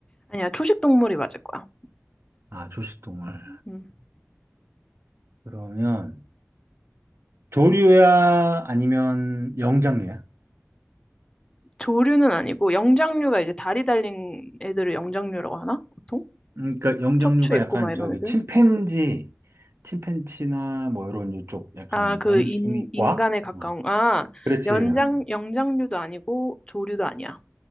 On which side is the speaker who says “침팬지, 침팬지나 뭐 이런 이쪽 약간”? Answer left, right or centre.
Right